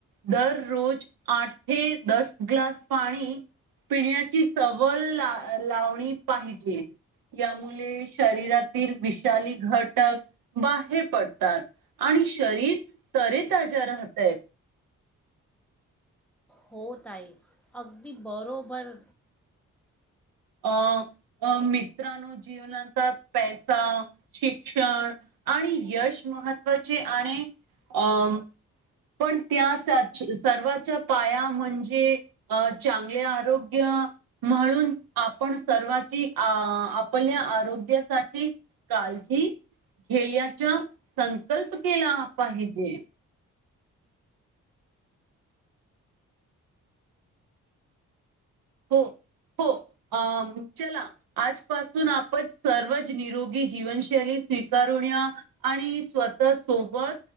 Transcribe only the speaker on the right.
दररोज आठ ते दस ग्लास पाणी पिण्या ची सवल ला लावणी पाहिजे यामुळे शरीरातील विशाली घटक बाहेर पडतात आणि शरीर तरेताजा राहतय
अं अ मित्रांनो जीवनात पैसा शिक्षण आणि यश महत्त्वाचे आणि अं पण त्या सर्वाच्या पाया म्हणजे अ चांगले आरोग्य म्हणून आपण सर्वाची अ आपल्या आरोग्यासाठी काळजी घेल्याचा संकल्प केला पाहिजे हो हो अ चला आजपासून आपण सर्वच निरोगी जीवनशैली स्वीकारून या आणि स्वतः सोबत